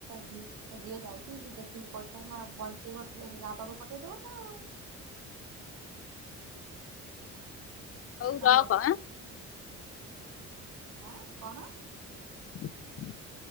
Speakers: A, on the right; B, on the left.
A: ଯେ ଝିଅ ଯାଇଛି ଯେତିକି ପଇସା ଏଇନା ବଞ୍ଚେଇବ ଡ୍ରେସ ଯା ପାଖକୁ ପଠେଇଦବ ନା ଆଉ।
B: ତୁ
A: ହ୍ୟାଲୋ
B: ରଖ ଆଁ?
A: ଆଁ କଣ?
B: <inaudible>